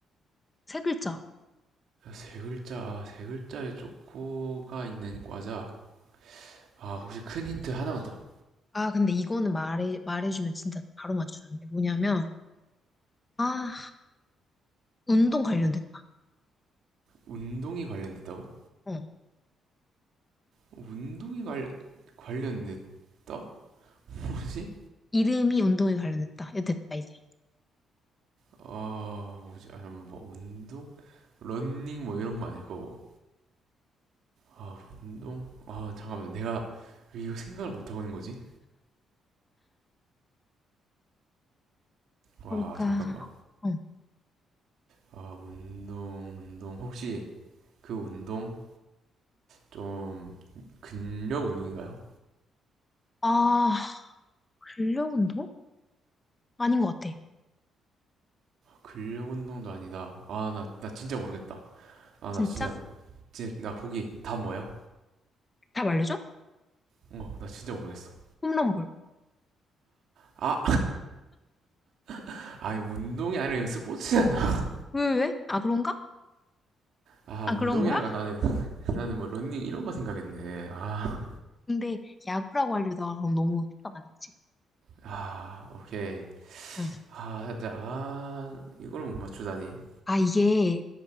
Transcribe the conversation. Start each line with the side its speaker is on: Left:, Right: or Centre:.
Left: 세 글자.
Right: 야, 세 글자 세 글자에 초코가 있는 과자 아 혹시 큰 힌트 하나만 더
Left: 아, 근데 이거는 말해, 말해주면 진짜 바로 맞추는데. 뭐냐면, 아, 운동 관련됐다.
Right: 운동이 관련됐다고?
Left: 어.
Right: 운동이 관련 관련됐다? <laughs> 뭐지?
Left: 이름이 운동에 관련됐다. 이거 됐다, 이제.
Right: 아 뭐지? 아 잠깐 뭐 운동 런닝 뭐 이런 거 아닐 거고 아, 운동? 아, 잠깐만. 내가 왜 이거 생각을 못 하고 있는 거지? 와,
Left: 뭘까?
Right: 잠깐만.
Left: 어.
Right: 아, 운동, 운동. 혹시 그 운동 좀 근력 운동인가요?
Left: 아, 근력 운동? 아닌 것 같아.
Right: 근력 운동도 아니다. 아, 나, 나 진짜 모르겠다. 아,
Left: 진짜?
Right: 나 진짜, 진짜, 나 보기 다 뭐야?
Left: 답 알려줘?
Right: 어, 나 진짜 모르겠어.
Left: 홈런볼.
Right: 아, <laughs> 아니, 운동이 아니라 이거 스포츠잖아.
Left: 왜, 왜? 왜? 아, 그런가?
Right: 아,
Left: 아,
Right: 운동이란가
Left: 그런 거야?
Right: 나는, 나는 뭐 런닝 이런 거 생각했네. 아,
Left: 근데 야구라고 알려다가 그럼 너무 쉽잖아, 그치?
Right: 아, 오케이.
Left: 응.
Right: 아, 살짝, 아, 이걸 못 맞추다니.
Left: 아, 이게